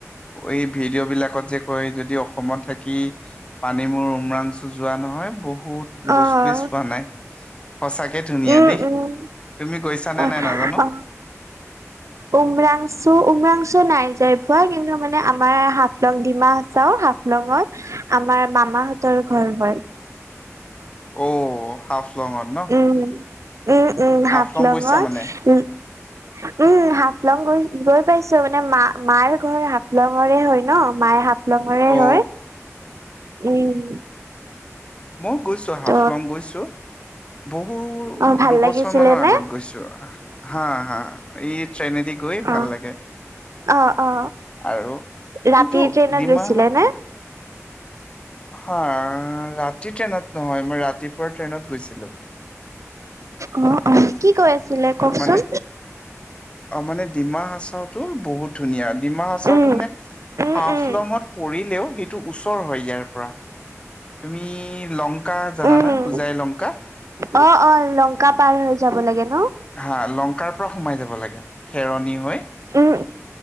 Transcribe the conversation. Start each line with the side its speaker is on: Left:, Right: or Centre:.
Left: এই ভিডিঅ' বিলাকত যে কয়, যদি অসমত থাকি কি পানী মোৰ উমৰাংছু যোৱা নহয়, বহুত
Right: অ',
Left: বস্তুৱে চোৱা নাই। সঁচাকে ধুনীয়া
Right: উম,
Left: দেই,
Right: উম,
Left: তুমি গৈছানে
Right: অ',
Left: নাই নাজানো।
Right: উমৰাংচু উমৰাংচু নাই যাই পাৱা কিন্তু মানে আমাৰ হাফলং ডিমা চাও হাফলঙত আমাৰ মামাহতৰ ঘৰ হয়।
Left: অ, হাফলংত ন?
Right: উম। উম উম
Left: হাফলং
Right: হাফলংত
Left: গৈছা মানে
Right: উম।
Left: <inaudible>
Right: উম হাফলং গৈ গৈ পাইছো মানে মা মাৰ ঘৰ হাফলঙৰে হয় ন। মায়ে হাফ হাফলংৰে
Left: অ
Right: হয়। উম।
Left: মও গৈছো, হাফলং
Right: ত
Left: গৈছো। বহু
Right: অ ভাল
Left: দুবছৰ
Right: লাগিছিলে
Left: মানৰ
Right: নে
Left: আগত গৈছো। হা হা। ই ট্ৰেনেদি গৈ ভাল
Right: অ
Left: লাগে।
Right: অ অ
Left: আৰু?
Right: ৰাতিৰ
Left: কিন্তু
Right: ট্ৰেইনত
Left: ডিমা
Right: গৈছিলে নে
Left: হা ৰাতি ট্ৰেইনত নহয়, মই ৰাতিপুৱা ট্ৰেইনত গৈছিলো।
Right: অ অ। কি কৈ আছিলে কওকচোন?
Left: মানে অ মানে ডিমা সাচাওতো বহুত ধুনীয়া। ডিমা সাচাওটো
Right: উম
Left: মানে
Right: উম
Left: হাফলঙত
Right: উম
Left: পৰিলেও, সেইটো ওচৰ হয় ইয়াৰ পৰা। তুমি লংকা জানা
Right: উম
Left: নে? হুজাই লংকা?
Right: অ অ, লংকা পাৰ হৈ যাব লাগে ন?
Left: হা। লংকাৰ পৰা সোমাই যাব যাব লাগে খেৰণী হৈ।
Right: উম